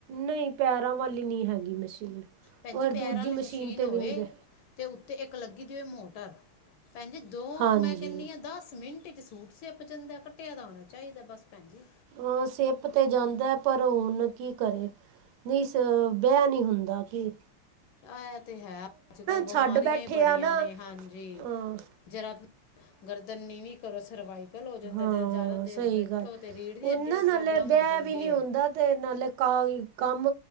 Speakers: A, on the right; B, on the left.
A: ਨਈ ਪੈਰਾਂ ਵਾਲੀ ਨੀਂ ਹੈਗੀ ਮਸ਼ੀਨ
B: ਭੈਣ
A: ਔਰ
B: ਜੀ ਪੈਰਾਂ
A: ਦੂਜੀ
B: ਆਲੀ ਮਸ਼ੀਨ
A: 'ਤੇ
B: ਹੋਏ
A: ਵੀ ਨਹੀਂ ਬੈ
B: ਅਤ ਉੱਤੇ ਇੱਕ ਲੱਗੀ ਦੀ ਹੋਵੇ ਮੋਟਰਭੈਣ ਜੀ ਦੋ
A: ਹਾਂਜੀ
B: ਮੈਂ ਕਹੰਨੀ ਆ ਦੱਸ ਮਿੰਟ 'ਚ ਸੂਟ- ਸਿਪ ਜਾਂਦਾ ਕੱਟਿਆ ਦਾ ਹੋਣਾ ਚਾਈਦਾ ਬਸ ਭੈਣ ਜੀ
A: ਅ ਸੇਪ ਤੇ ਜਾਂਦਾ ਪਰ ਹੁਣ ਕੀ ਕਰੇ ਨੀਸ ਬੇਆ ਨੀ ਹੁੰਦਾ ਕਿ
B: ਆ ਤੇ ਹੈ ਅੱਜ ਕੱਲ ਬਮਾਰੀਆਂ
A: ਛੱਡ ਬੈਠੇ
B: ਈ ਬੜੀਆਂ
A: ਆ ਨਾ
B: ਨੇ ਹਾਂਜੀ
A: ਹਾਂ
B: ਜਰਾ ਗਰਦਨ ਨੀਵਂ ਕਰੋ ਸਰਵਾਈਕਲ ਹੋ ਜਾਂਦਾ
A: ਹਾਂ
B: ਜਦੋਂ ਜ਼ਿਆਦਾ ਦੇਰ
A: ਸਈ
B: ਬੈਠੋ
A: ਗੱਲ
B: ਤੇ ਰੀੜ੍ਹ ਦੀ
A: ਹੁਨੰ
B: ਹੱਡੀ
A: ਨਾ
B: ਦੀ ਪ੍ਰੋਬਲਮ
A: ਨਾਲੇ ਬੈ
B: ਹੋ ਜਾਂਦੀ
A: ਵੀ ਨੀ
B: ਏ
A: ਹੁੰਦਾ ਤੇ ਨਾਲੇ ਕ ਕੰਮ